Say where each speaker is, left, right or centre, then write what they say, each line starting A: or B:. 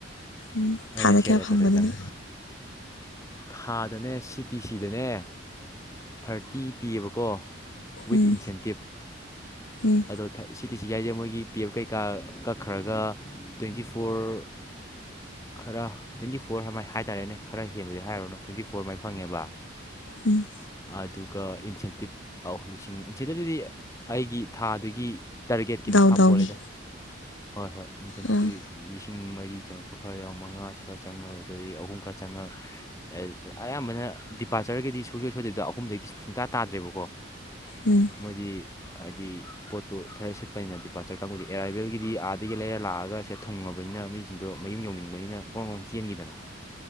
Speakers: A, on the left; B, on the left.
A: ꯎꯝ
B: ꯑꯩꯅ
A: ꯊꯥꯗ
B: ꯁꯦꯜ
A: ꯀꯌꯥ
B: ꯑꯦꯁꯣꯁꯦꯁꯟ
A: ꯐꯪꯕꯗꯨꯅ
B: ꯊꯥꯗꯅꯦ ꯁꯤ ꯇꯤ ꯁꯤꯗꯅꯦ ꯊꯥꯔꯇꯤ ꯄꯤꯌꯦꯕꯀꯣ ꯋꯤꯠ
A: ꯎꯝ
B: ꯏꯟꯁꯦꯟꯇꯤꯞ
A: ꯎꯝ
B: ꯑꯗꯣ ꯊꯏ ꯁꯤꯗꯤꯁꯤ ꯍꯥꯏꯖꯦ ꯃꯣꯏꯒꯤ ꯄꯤ ꯑꯦꯐ ꯀꯩꯀꯥ ꯀꯛꯈ꯭ꯔꯒ ꯇ꯭ꯋꯦꯟꯇꯤ ꯐꯣꯔ ꯈꯔ ꯇ꯭ꯋꯦꯟꯇꯤ ꯐꯣꯔ ꯍꯥꯃꯥꯏ ꯍꯥꯏꯇꯥꯔꯦꯅꯦ ꯈꯔ ꯍꯦꯕꯗꯤ ꯍꯥꯏꯔꯨꯅꯣ ꯇ꯭ꯋꯦꯟꯇꯤ ꯐꯣꯔ ꯃꯥꯏ ꯐꯪꯉꯦꯕ
A: ꯎꯝ
B: ꯑꯗꯨꯒ ꯏꯟꯁꯦꯟꯇꯤꯞ ꯑꯧ ꯂꯤꯁꯤꯡ ꯏꯟꯁꯦꯟꯇꯤꯞꯇꯨꯗꯤ ꯑꯩꯒꯤ ꯊꯥꯗꯒꯤ ꯇꯥꯔꯒꯦꯠꯀꯤ
A: ꯗꯥꯎ
B: ꯃꯈꯥ
A: ꯗꯥꯎꯒꯤ
B: ꯄꯣꯜꯂꯦꯗ ꯍꯣꯏ ꯍꯣꯏ <unintelligible>
A: ꯑꯥ
B: ꯆꯤꯡ ꯃꯔꯤ ꯆꯪꯉꯛꯄ ꯈꯔ ꯌꯥꯎ ꯃꯉꯥꯁꯨ ꯈꯔ ꯆꯪꯉꯛ ꯑꯗꯒꯤ ꯑꯍꯨꯝ ꯈꯔ ꯆꯪꯉꯛ ꯑ ꯑꯌꯥꯝꯕꯅ ꯗꯤꯄꯥꯔꯆꯔꯒꯤꯗꯤ ꯁꯨꯡꯁꯣꯏ ꯁꯣꯏꯗꯕꯤꯗ ꯑꯍꯨꯝꯗꯩꯗꯤ ꯁꯨꯡ ꯁꯨꯡꯇꯥ ꯇꯥꯗ꯭ꯔꯦꯕꯀꯣ
A: ꯎꯝ
B: ꯃꯣꯏꯗꯤ ꯍꯥꯏꯗꯤ ꯄꯣꯠꯇꯣ ꯐꯖ ꯁꯤꯠꯄꯅꯤꯅ ꯗꯤꯄꯥꯥꯔꯆꯔ ꯀꯥꯡꯒꯨꯗꯤ ꯑꯦꯔꯥꯏꯕꯦꯜꯒꯤꯗꯤ ꯑꯥꯗꯒꯤ ꯂꯩꯔ ꯂꯥꯛꯑꯒ ꯁꯤꯗ ꯊꯨꯡꯉꯕꯅꯤꯅ ꯃꯤꯁꯤꯡꯗꯣ ꯃꯌꯨꯝ ꯌꯧꯅꯤꯡꯕꯅꯤꯅ ꯒ꯭ꯔꯣꯡ ꯒ꯭ꯔꯣꯡ ꯆꯦꯟꯒꯤꯗꯅ